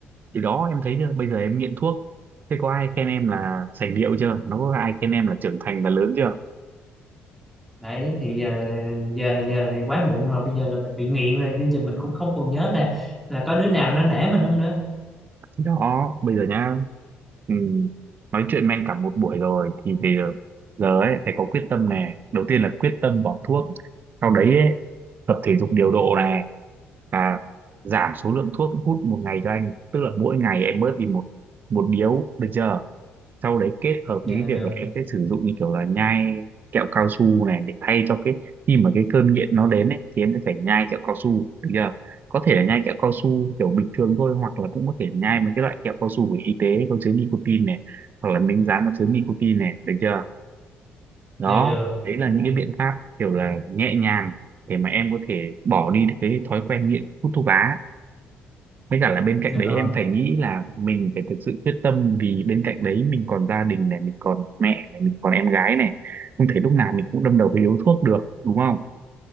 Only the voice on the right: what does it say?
Thì đó em thấy chưa? Bây giờ em nghiện thuốc. Thế có ai khen em là sành điệu chưa? Nó có ai khen em là trưởng thành là lớn chưa?
Thì đó, bây giờ nhá. Ừ. Nói chuyện men cả một buổi rồi thì bây giờ giờ ấy phải có quyết tâm này. Đầu tiên là quyết tâm bỏ thuốc. Sau đấy ấy, tập thể dục điều độ này và giảm số lượng thuốc hút một ngày cho anh. Tức là mỗi ngày em bớt đi một một điếu được chưa? sau đấy kết hợp
với cái
việc là em sẽ sử dụng như kiểu là nhai kẹo cao su này để thay cho cái khi mà cái cơn nghiện nó đến ấy thì em sẽ phải nhai kẹo cao su được chưa có thể là nhai kẹo cao su kiểu bình thường thôi hoặc là cũng có thể nhai mấy cái loại kẹo cao su của y tế có chứa nicotine này hoặc là miếng dán có chứa nicotine này được chưa đó
đấy là
những cái biện pháp kiểu là nhẹ nhàng để mà em có thể bỏ đi được cái thói quen nghiện hút thuốc lá với cả là bên cạnh
đấy
em phải nghĩ là mình phải thực sự quyết tâm vì bên cạnh đấy mình còn gia đình này mình còn mẹ này mình còn em gái này không thể lúc nào mình cũng đâm đầu với điếu thuốc được đúng không